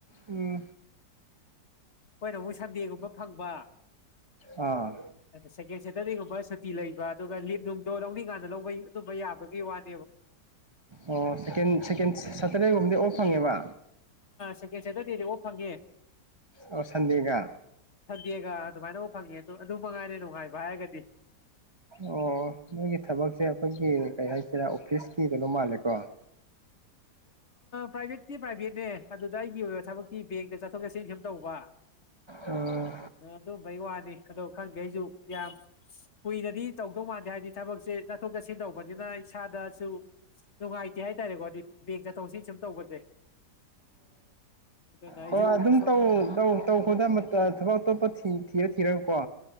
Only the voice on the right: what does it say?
ꯎꯝ
ꯑꯥ
ꯑꯣ ꯁꯦꯀ ꯁꯦꯀꯦꯟ
ꯁꯇꯔꯗꯦꯒꯨꯝꯕꯗꯤ ꯑꯣꯐ ꯐꯪꯉꯦꯕ
ꯑꯣ ꯁꯟꯗꯤꯒ
ꯑꯣ ꯅꯣꯏꯒꯤ ꯊꯕꯛꯁꯦ ꯑꯩꯈꯣꯏꯒꯤ ꯀꯩ ꯍꯥꯏꯁꯤꯔꯦ ꯑꯣꯐꯤꯁꯀꯤ ꯀꯩꯅꯣ ꯃꯥꯜꯂꯦꯀꯣ
ꯎꯝ
ꯑꯣ ꯑꯣ ꯑꯗꯨꯝ
ꯇꯧ ꯇꯧꯗ ꯊꯕꯛ ꯑꯇꯣꯞꯄ ꯊ ꯀꯤꯔꯛꯀꯣ